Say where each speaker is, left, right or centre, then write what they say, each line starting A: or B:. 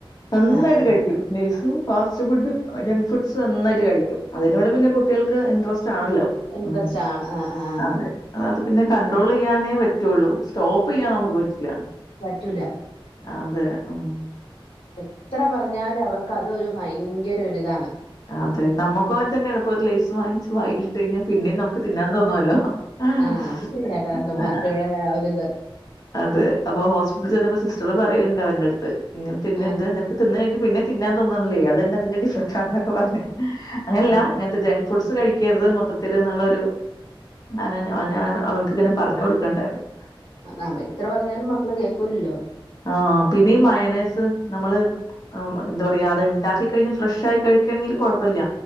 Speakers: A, on the left; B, on the left.
A: നന്നായിട്ട്
B: ആഹ്
A: കഴിയ്ക്കും ലെയ്സും ഫാസ്റ്റ്ഫുഡും ജങ്ക്ഫുഡ്സും നന്നായിട്ട് കഴിക്കും അതിനോട് പിന്നെ കുട്ടികൾക്ക് ഇൻട്രസ്റ്റ് ആണല്ലോ
B: ഇൻട്രസ്റ്റ്
A: ഉംഹ്
B: ആണ് ആഹ് ആഹ്
A: അതെ അത് പിന്നെ കണ്ട്രോളെയ്യാനേ പറ്റുള്ളൂ സ്റ്റോപ്പ് ചെയ്യാൻ നമുക്ക് പറ്റില്ല
B: പറ്റൂല
A: അതെ ഉംഹ്
B: എത്ര പറഞ്ഞാലും അവർക്ക് അത് ഒര് ഭയങ്കര ഒരിതാണ്
A: അതെ നമ്മുക്കും അങ്ങനെ തന്നേണ് ഇപ്പൊ ഒരു ലൈസ് വാങ്ങിച്ച് വായി പിന്നെ പിന്നേം നമുക്ക് തിന്നാൻ തോന്നൂലോ ആഹ്
B: ആഹ് അത് ശരിയാട്ടോ ടൊമാറ്റോടെ ആ ഒരിത്
A: അതെ അപ്പൊ ഹോസ്പിറ്റലിൽ ചെന്നപ്പോ സിസ്റ്ററ് പറയ്ണ്ട് അവൻ്റെടുത്ത് ഇങ്ങനെ തിന്നര്ത്
B: ആഹ്
A: നിനക്ക് തിന്ന് കഴിഞ്ഞാ പിന്നെ തിന്നാൻ തോന്ന്ൺല്യേ അതന്നെ അതിന്റെ ഡിഫ റ്റാന്നൊക്കെ പറഞ്ഞ് അങ്ങനല്ല
B: ആഹ്
A: ഇങ്ങൻത്തെ ജെങ്ക്സ് ഫുഡ്സ് കഴിക്കരുത് മൊത്തത്തില് എന്നൊരു അ അവ അവൻക്ക് ഇങ്ങനെ പറഞ്ഞ് കൊടുക്കുണ്ടാരുന്ന്
B: ആഹ് എത്ര പറഞ്ഞാലും മക്കള് കേക്കൂലല്ലോ
A: ആഹ് പിന്നെ ഈ മയണൈസ് നമ്മള് എന്താ പറയാ അത് ഇണ്ടാക്കി കഴിഞ്ഞ് ഫ്രഷായി കഴിക്കണെങ്കി കൊഴപ്പില്ല